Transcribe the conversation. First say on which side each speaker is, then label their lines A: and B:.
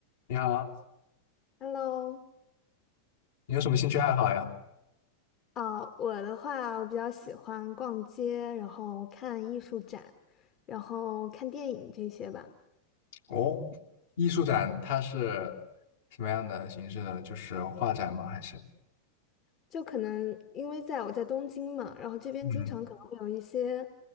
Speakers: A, on the left (about 55°); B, on the left (about 30°).
A: 你好，
B: Hello，
A: 你有什么兴趣爱好呀？
B: 啊、我的话，我比较喜欢逛街，然后看艺术展，然后看电影这些吧。
A: 哦，艺术展它是什么样的形式的？就是画展吗？还是？
B: 就可能因为在我在东京嘛，然后这边经常可能会有一些
A: 嗯，